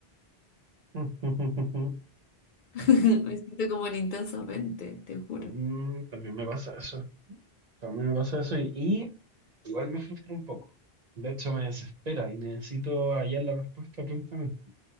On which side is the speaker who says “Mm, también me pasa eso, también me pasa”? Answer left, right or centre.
Right